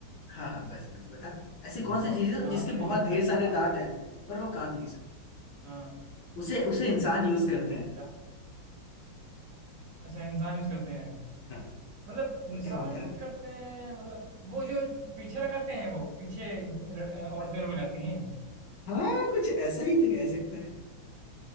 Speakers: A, on the left; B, on the right.
A: हाँ हाँ बस बस बेटा ऐसी कौन
B: बहुत
A: सी चीज है
B: दांत
A: जिसके
B: हैं
A: बहुत ढेर
B: पर काट
A: सारे दांत हैं पर वो काट नहीं सकती
B: हाँ
A: उसे उसे इंसान यूज करते हैं
B: दांत अच्छा इंसान यूज करते हैं
A: हाँ
B: मतलब इंसान
A: बता बता
B: यूज करते हैं मतलब वो जो पीछे लगाते हैं वो पीछे लड़- औरतें लोग लगाती हैं
A: हाँ कुछ ऐसा ही तो कह सकता है